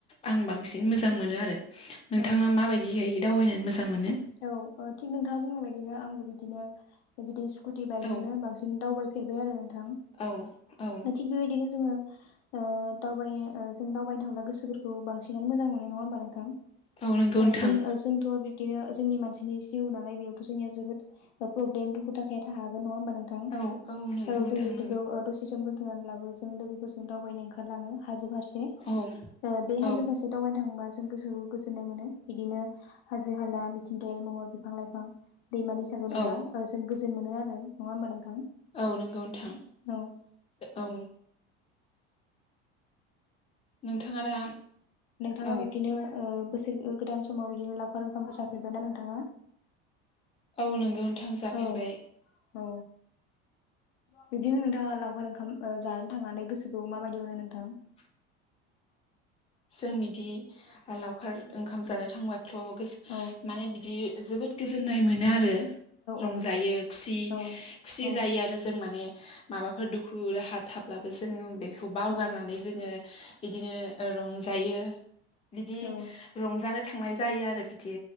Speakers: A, on the left; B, on the left.
A: आं बांसिन मोजां मोनो आरो नोंथाङा
B: औ
A: माबायदि जायो दावबायनानै मोजां मोनो
B: औ ओ थिग नोंथाङा बुंनाय बायदिनो आंबो बिदिनो बिदि स्कुटि बाइकजोंनो
A: औ
B: बांसिन दावबायफेरबाय आरो नोंथां
A: औ औ
B: थां थिग बेबायदिनो जोङो ओ दावबाय ओ जों दावबायनो थांब्ला गोसोफोरखौ बांसिनानो मोजां मोननाय नङा होमबा नोंथां
A: औ नंगौ नोंथां
B: जों जोंथ'आ बिबदिनो जोंनि मानसिनि जिउ नालाय बेयावथ' जोंनिया जोबोद प्रब्लेम दुखु दाहाया थाखागोन नङा होनबा नोंथां
A: औ नंगौ
B: औ
A: नोंथां
B: जों बेफोरखौ
A: नंगौ
B: दसे सम दोन्थ'नानै लाबो जों लोगोफोरजों दावबायनो ओंखारलाङो हाजो फारसे
A: औ
B: बे हाजो
A: औ
B: फारसे दावबायनो थाङोबा जों गोसोखौ गोजोन्नाय मोनो बिदिनो हाजो हाला मिथिंगायारि महर बिफां लाइफां दैमा - दैसाखौ नुब्ला
A: औ
B: जों गोजोन मोनो आरो नङा होमबा नोंथां
A: औ नोंगौ नथां
B: औ
A: औ नोंथाङा दा
B: नोंथाङा
A: औ
B: बिब्दिनो बोसोर गोदान समाव बिदिनो लावखार ओंखामबो जाफेरबायना नोंथाङा
A: औ नोंगौ नोंथां जाफेरबाय
B: औ औ बिबदिनो नोंथाङा लावखार ओंखाम जानानै थांनानै गोसोखौ माबायदि मोनो नोंथां
A: <inaudible> जों बिदि लावखार ओंखाम जानो थांब्लाथ' गोसो
B: औ
A: माने बिदि जोबोद गोजोननाय मोनो आरो रंजायो
B: औ
A: खुसि-
B: औ
A: खुसि
B: औ
A: जायो आरो जों माने माबाफोर दुखु दाहा थाब ब्लाबो जों बेखौ बावगारनानै
B: औ
A: जोङो बिदिनो रंजायो बिदि
B: औ
A: रंजानो थांनाय जायो आरो बिदि